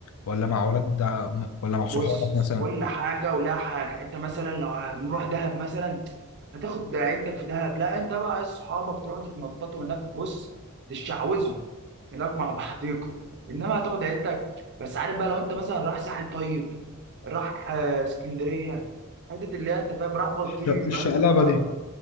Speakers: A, on the left; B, on the right.
A: ولا مع ولاد ولا مع صحابك
B: بص
A: مثلا
B: كل حاجه ولها حاجه انت مثلا لو هنروح دهب مثلا هتاخد عيلتك في دهب لا انت بقى اصحابك تروحوا تتنططوا هناك بص تشعوذوا هناك مع <laughs> بعضيكوا انما هتاخد عيلتك بس عارف بقى لو انت مثلا راح ساحل طيب راح آه، اسكندريه حته اللي هي انت فاهم راح بلطيم
A: ش- الشقلبه
B: <laughs> راح بر
A: دي